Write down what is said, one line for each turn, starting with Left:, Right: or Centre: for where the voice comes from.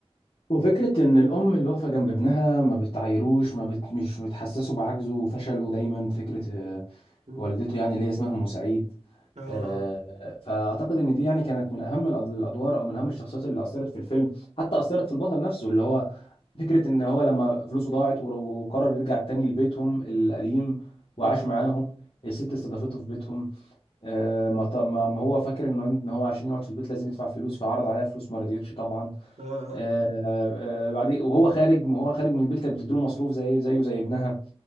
Left: وفكرة إن الأم اللي واقفة جنب ابنها ما بتعايروش ما بت... مش بتحسسه بعجزه وفشله دايما فكرة آه،
Right: مم.
Left: والدته يعني اللي هي اسمها أم سعيد
Right: اه اه
Left: آه، فأعتقد إن دي يعني كانت من أهم الأد- الأدوار أو من أهم الشخصيات اللي أثرت في الفيلم حتى أثرت في البطل نفسه اللي هو فكرة إن هو لما فلوسه ضاعت ور- وقرر يرجع تاني لبيتهم القديم وعاش
Right: مم.
Left: معاهم الست استضافته في بيتهم آه، ما ط- ما ما هو فاكر إنه إن هو عشان يقعد في البيت لازم يدفع فلوس فعرض عليها فلوس ما رضيتش طبعا
Right: اه اه
Left: آه، آه، بعدين وهو خارج وهو خارج من البيت كانت بتديله مصروف زي زيه زي ابنها